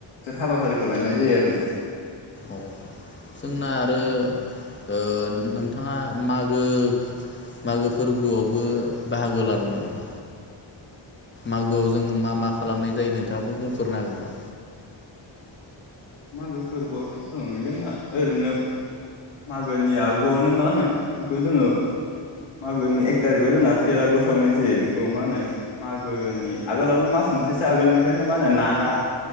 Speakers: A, on the left; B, on the left.
A: हाबाफारिखौ लानाय जायो आरो नोंथां।
B: औ जोंना आरो ओ नोंथाङा मागो मागो फोरबोआवबो बाहागो लादोंमोन नामा मागोआव जों मा मा खालामनाय जायो नोंथाङाबेखौ बुंफोरो हागोन नामा?
A: मागो फोरबोआवथ' ओं जोंना ओरैनो मागोनि आगुआवनो मा होनो बेखौ जोङो मागोनि एक थारिखआव जोंना बेेरागुर सावनाय जायो बेखौ मा होनो मागोनि आगोलावनो मास मोनसेसो आगोलनिफ्रायनो मा होनो नारा